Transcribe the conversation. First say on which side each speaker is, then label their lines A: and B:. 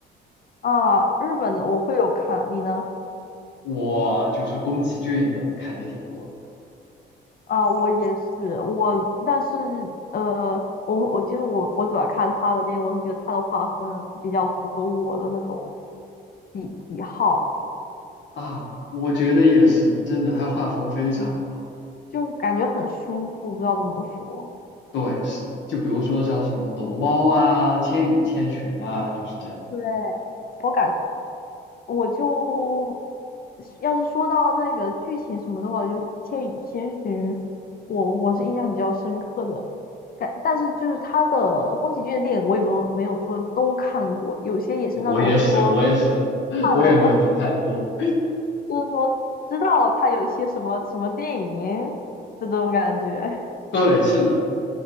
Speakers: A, on the left; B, on the left.
A: 啊。日本的我会有看，你呢？
B: 我就是宫崎骏的看的挺多
A: 啊，我也是，我但是呃，我我其实我我主要看他的电影，我是觉得他的画风比较符合我的那种喜喜好，
B: 啊，我觉得也是，
A: 但是
B: 真的，他画风非常好。
A: 嗯，就感觉很舒服，不知道怎么说。
B: 对，是的，就比如说像什么龙猫啊、千与千寻啊，就是这样。
A: 对，我。我就要是说到那个剧情什么的话，我觉千与千寻》我我是印象比较深刻的，感但是就是他的宫崎骏的电影我也没有没有说都看过，有些也是那种说
B: 啊我也是，我也是，<laughs>
A: 看了
B: 我也没有都看过。
A: 就是说知道他有一些什么什么电影的这种感觉，
B: 对，是的，